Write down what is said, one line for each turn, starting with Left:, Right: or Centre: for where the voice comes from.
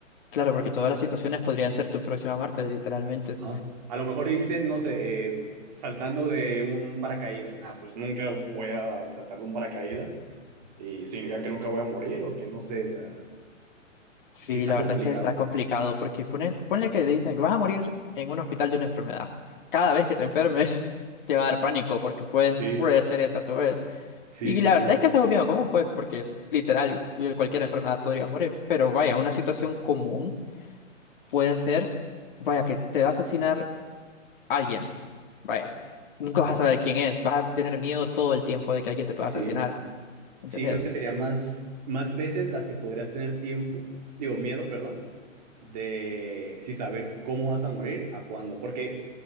Left: Claro, porque todas las situaciones podrían ser tu próxima muerte, literalmente.
Right: Ajá. A lo mejor y dicen, no sé, eh, saltando de un paracaídas. Ah, pues nunca voy a saltar de un paracaídas y significa que nunca voy a morir o que no sé, o sea,
Left: Sí,
Right: sí está
Left: la
Right: complicado.
Left: verdad es que está complicado porque pone, ponle que dicen que vas a morir en un hospital de una enfermedad. Cada vez que te enfermes <laughs> te va a dar pánico porque puede,
Right: Sí,
Left: puede ser esa tu vez.
Right: sí,
Left: Y
Right: sí,
Left: la
Right: sí.
Left: verdad es que eso es algo miedo común, pues, porque literal cualquier enfermedad podría morir. Pero vaya, una situación común puede ser, vaya, que te va a asesinar alguien, vaya, nunca
Right: Ajá.
Left: vas a saber quién es, vas a tener miedo todo el tiempo de que alguien te
Right: Sí.
Left: pueda asesinar, ¿entendés?
Right: Sí, creo que sería más, más veces las que podrías tener tiempo, digo, miedo, perdón, de si saber cómo vas a morir, a cuándo. Porque